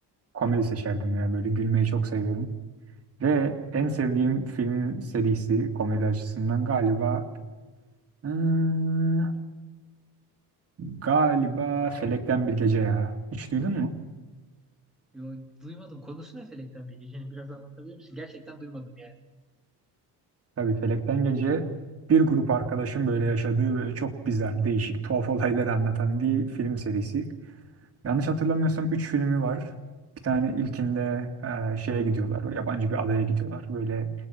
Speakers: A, on the right; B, in the centre.
A: Komedi seçerdim ya. Böyle gülmeyi çok seviyorum. Ve en sevdiğim film serisi komedi açısından galiba hmm, galiba Felekten Bir Gece ya. Hiç duydun mu?
B: Yo, duymadım. Konusu ne Felekten Bilgece'nin <laughs> biraz anlatabilir misin? Gerçekten duymadım yani.
A: Tabii Felekten Gece bir grup arkadaşım böyle yaşadığı ve çok güzel, değişik, tuhaf olaylar anlatan bir film serisi. Yanlış hatırlamıyorsam 3 filmi var. Bir tane ilkinde e, şeye gidiyorlar. o Yabancı bir adaya gidiyorlar. Böyle